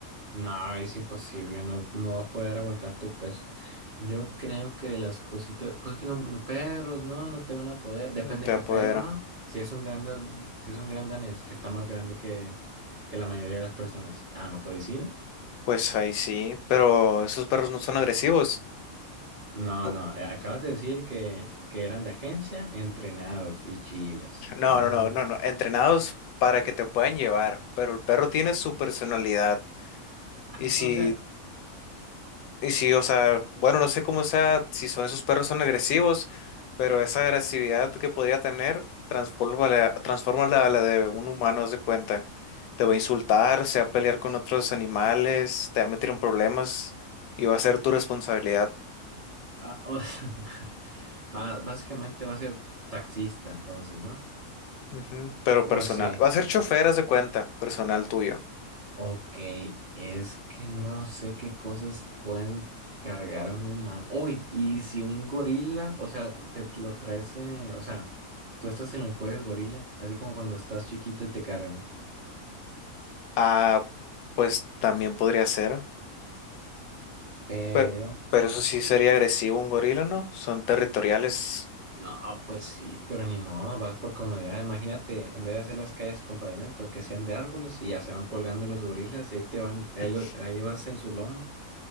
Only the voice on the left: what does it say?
No Te
apodero.
Pues ahí sí, pero esos perros no son agresivos.
Pu-
No,
no, no, no, no. Entrenados para que te puedan llevar, pero el perro tiene su personalidad.
Y si
Y sí, o sea, bueno, no sé cómo sea, si son esos perros son agresivos, pero esa agresividad que podría tener, transfórmala, transfórmala a la de un humano, haz de cuenta. Te va a insultar, se va a pelear con otros animales, te va a meter en problemas y va a ser tu responsabilidad.
Ujú, Pero
personal,
va a ser chofer, haz de cuenta, personal tuyo.
Ah, pues también podría ser,
pero, pero eso sí sería agresivo un gorila, ¿no? Son territoriales.
<laughs>